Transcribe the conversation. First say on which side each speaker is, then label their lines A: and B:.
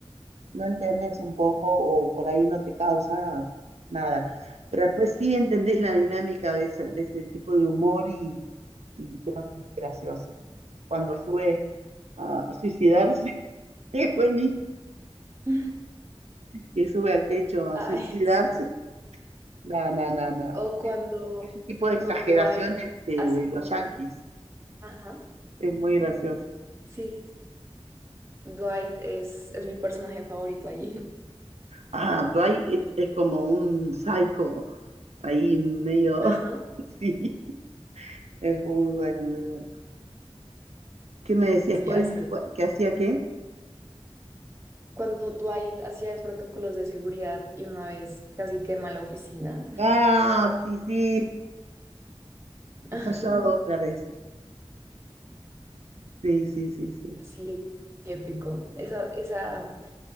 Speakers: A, on the right (about 90°); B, on the right (about 25°).
A: no entendés un poco o por ahí no te causa nada. Pero después sí entendés la dinámica de ese, de ese tipo de humor y, y creo que es gracioso. Cuando sube a, a suicidarse, <laughs> es buenísimo.
B: <laughs>
A: Que sube al techo a
B: Ay,
A: suicidarse.
B: sí.
A: No, no, no, no.
B: O cuando,
A: Ese tipo
B: cuando
A: de exageraciones
B: Dwight
A: de,
B: hace
A: de los
B: como,
A: yanquis
B: ajá,
A: es muy gracioso.
B: sí, Dwight es, es mi personaje favorito ahí. <laughs>
A: Ah, Dwight es es como un psycho ahí medio.
B: Ajá,
A: <laughs> Sí, es muy bueno, muy bueno. ¿Qué me decías?
B: sí,
A: ¿Cuál,
B: así. es.
A: cuál- qué hacía qué?
B: Cuando Dwight hacía los protocolos de seguridad y una vez casi quema la oficina. <laughs>
A: Ah, sí, sí, ha
B: Ajá,
A: fallado otra vez. Sí, sí, sí, sí.
B: sí, épico. Esa, esa